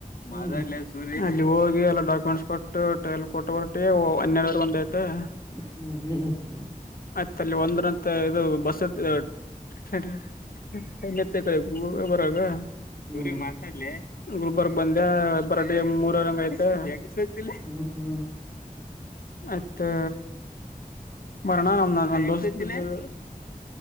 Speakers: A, on the right; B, on the left.
A: ಹ್ಮ್. <inaudible>
B: ಅಧ್ಯಕಾಲೆ ಸೂರ್ಯ ಅಲ್ಲಿ ಹೋಗಿ ಎಲ್ಲ ಡಾಕ್ಯುಮೆಂಟ್ಸ್! ಕೊಟ್ಟು ಟ್ರೈಲ್ ಕೊಟ್ ಬರಟಿಗಿ ಹನ್ನೆರಡವರೆ ಒಂದ್ ಐತು. <inaudible>
A: ಹ್ಮ್ ಹ್ಮ್ ಹ್ಮ್. <inaudible>
B: ಹತ್ತರಲ್ಲಿ ಒಂದರಂತೆ ಇದು ಬಸ್ ಆತು ಬಸ್ಟ್ಯಾಂಡ್ ನಡೀರಿ ನಡೀರಿ ಮೇಲೇ ಅತಿ. <inaudible> ಗುಲಬರಗ
A: ಹ್ಮ್
B: ಸೂರಿ ಮಾತಾಡ್ಲೆ ಗುಲ್ಬರ್ಗಕ್ಕೆ ಬಂದ ಬರಕ್. <inaudible> ಮೂರರಂಗ ಐತೆ? <unintelligible>
A: ಹ್ಮ್ ಹ್ಮ್
B: ಮತ್ತು ಮರಣ ನಮ್ ನಾನಾ ದೋಸ್ತ್ ತಿನ್ನೋದು! <unintelligible>